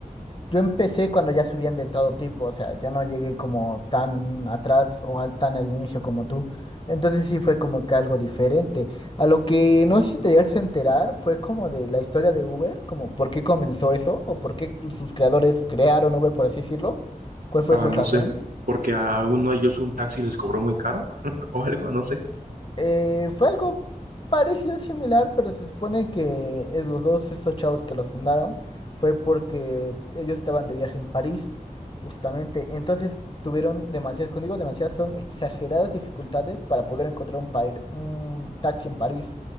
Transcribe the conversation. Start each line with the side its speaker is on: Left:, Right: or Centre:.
Left: yo empecé cuando ya subían de todo tipo, o sea, yo no llegué como tan atrás o al- tan al inicio como tú. Entonces sí fue como que algo diferente. A lo que no sé si te llegaste a enterar fue como de la historia de Uber, como por qué comenzó eso o por qué sus creadores crearon Uber, por así decirlo. ¿Cuál fue
Right: Ah,
Left: su
Right: no
Left: razón?
Right: sé, porque a uno de ellos un taxi les cobró muy caro <laughs> o algo, no sé.
Left: Eh, fue algo parecido, similar, pero se supone que eh, los dos, esos chavos que los fundaron, fue porque ellos estaban de viaje en París, justamente. Entonces tuvieron demasiadas, cuando digo demasiadas, son exageradas dificultades para poder encontrar un, pair- un taxi en París.